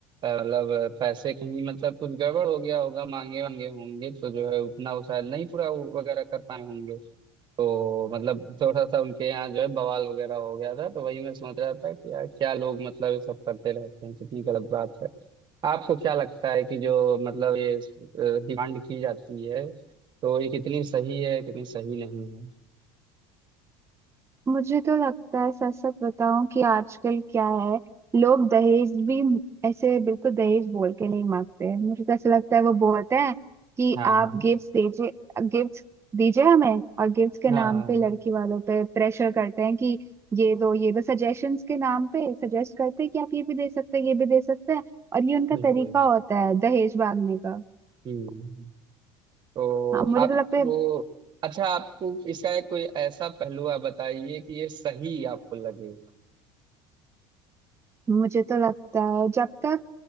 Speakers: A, on the right (about 40°); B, on the right (about 20°).
A: मतलब पैसे कहीं मतलब कुछ गड़बड़ हो गया होगा मांगे वांगे होंगे तो जो है उतना वो शायद नहीं पूरा वो वगैरह कर पाए होंगे तो मतलब थोड़ा सा उनके यहाँ जो है बवाल वगैरह हो गया था तो वही मैं सोच रहा था कि यार क्या लोग मतलब ये सब करते रहते हैं कितनी गलत बात है आपको क्या लगता है कि जो मतलब ये डिमांड की जाती है तो ये कितनी सही है कितनी सही नहीं है
B: मुझे तो लगता है सच सच बताऊं कि आजकल क्या है लोग दहेज भी ऐसे बिल्कुल दहेज बोल के नहीं मांगते मुझे तो ऐसा लगता है वो बोलते हैं कि
A: हाँ
B: आप
A: हाँ
B: गिफ्ट्स दीजिए गिफ्ट्स दीजिए हमें और गिफ्ट्स के
A: हाँ
B: नाम पे लड़की वालों पे प्रेशर करते हैं कि ये दो ये दो सजेशंस के नाम पे सजेस्ट करते हैं कि आप ये भी दे सकते हैं ये भी दे सकते हैं और ये उनका
A: बिल्कुल
B: तरीका होता है दहेज मांगने का
A: हम्म हम्म। तो
B: हाँ मुझे
A: आपको
B: तो लगता है
A: अच्छा आपको इसका एक कोई ऐसा पहलू आप बताइए कि ये सही आपको लगे
B: मुझे तो लगता है जब तक